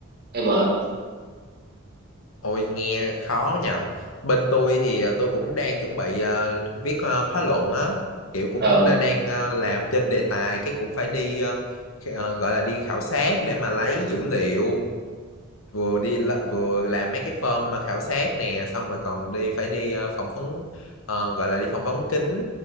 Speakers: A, on the right; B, on the left.
A: em mệt
B: Ôi nghe khó nhờ. Bên tôi thì ờ, tôi cũng đang chuẩn bị ờ, viết ờ, khóa luận á, kiểu cũng
A: ờ
B: ờ, đang ờ, làm trên đề tài cái cũng phải đi ờ, khi- ờ, gọi là đi khảo sát để mà lấy dữ liệu vừa đi lợ- vừa làm mấy cái form khảo sát nè xong rồi còn đi phải đi ờ, phỏng vấn ờ, gọi là đi phỏng vấn kín